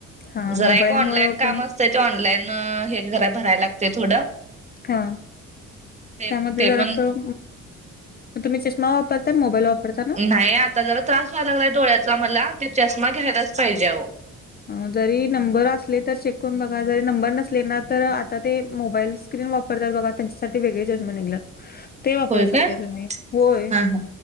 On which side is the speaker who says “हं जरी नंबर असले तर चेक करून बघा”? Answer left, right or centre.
Left